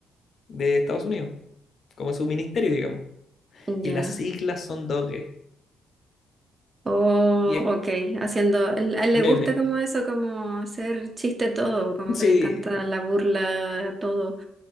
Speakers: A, on the left; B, on the right.
A: de Estados Unidos, como su ministerio, digamos.
B: Ya.
A: y las siglas son doge
B: Oh,
A: y es
B: ok, haciendo, él a él
A: meme.
B: le gusta como eso, como hacer chiste todo, como
A: Sí,
B: que le encanta la burla, todo.